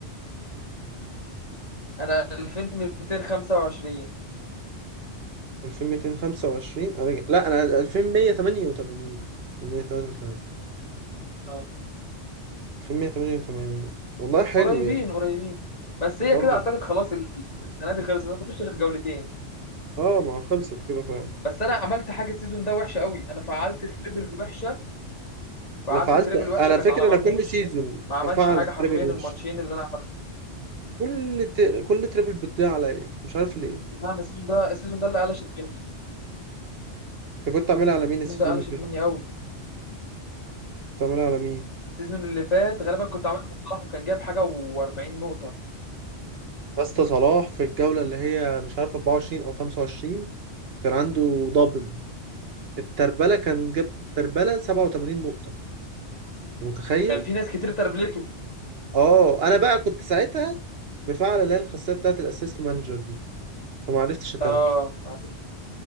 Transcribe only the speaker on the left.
انا 2225
آه.
قريبين
قريبين بس هي
كده اعتقد خلاص ال- السنه دي خلصت ما فيش غير جولتين
بس انا عملت حاجه السيزون ده وحشه قوي انا فعلت التريبل وحشه فعلت
التريبل وحشه
كانت
على مرموش
ما عملش
حاجه حرفيا
الماتشين
اللي انا عملته
لا انا السيزون ده السيزون ده اللي قلشت مني
السيزون
ده قلشت
مني قوي
السيزون اللي فات غالبا كنت عملت صلاح وكان جايب حاجه و40 نقطه
كان في ناس كتير تربلته
اه عارف.